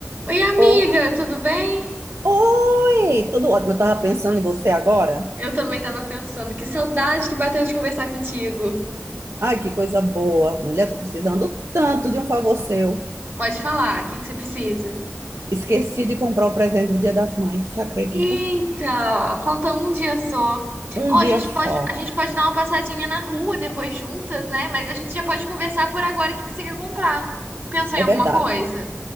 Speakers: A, on the right; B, on the right.
A: Oi, amiga,
B: Oh,
A: tudo bem?
B: oi! Tudo ótimo. Eu tava pensando em você agora.
A: Eu também tava pensando, que saudade que bateu de conversar contigo.
B: Ai, que coisa boa. Mulher, tô precisando tanto de um favor seu.
A: Pode falar, o que que você precisa?
B: Esqueci de comprar o presente do Dia das Mães, você acredita?
A: Eita, falta um dia só.
B: Um
A: Ó,
B: dia
A: a gente
B: só.
A: pode, a gente pode dar uma passadinha na rua depois juntas, né? Mas a gente já pode conversar por agora o que que você quer comprar. Pensou
B: É
A: em alguma
B: verdade.
A: coisa?